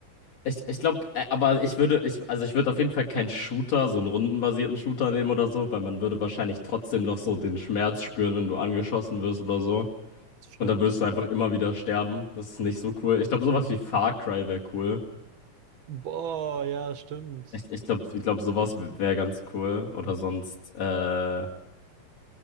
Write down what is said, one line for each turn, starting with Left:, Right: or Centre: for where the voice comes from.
Left: Ich, ich glaube, aber ich würde, ich, also ich würde auf jeden Fall keinen Shooter, so einen rundenbasierten Shooter nehmen oder so, weil man würde wahrscheinlich trotzdem noch so den Schmerz spüren, wenn du angeschossen wirst oder so.
Right: Stimmt.
Left: Und dann würdest du einfach immer wieder sterben. Das ist nicht so cool. Ich glaube, sowas wie Far Cry wäre cool.
Right: Boah, ja, stimmt.
Left: Ich, ich glaube, ich glaub, sowas wäre ganz cool. Oder sonst, äh,